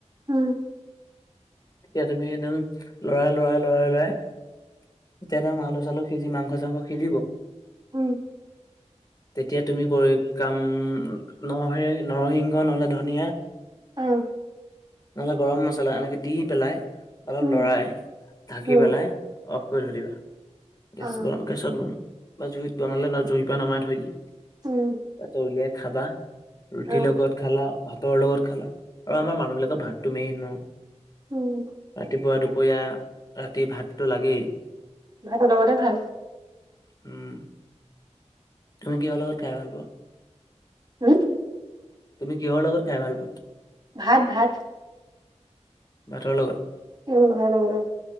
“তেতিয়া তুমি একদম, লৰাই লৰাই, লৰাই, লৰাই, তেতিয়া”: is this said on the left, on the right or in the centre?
Left